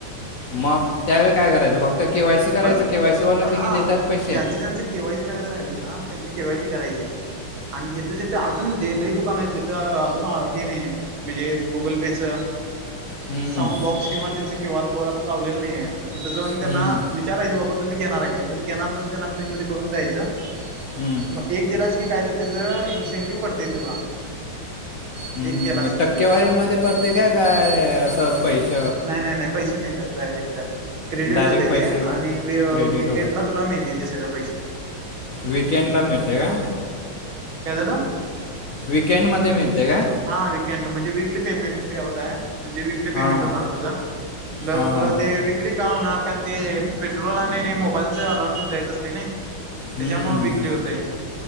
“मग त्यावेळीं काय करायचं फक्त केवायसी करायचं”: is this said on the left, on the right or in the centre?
Left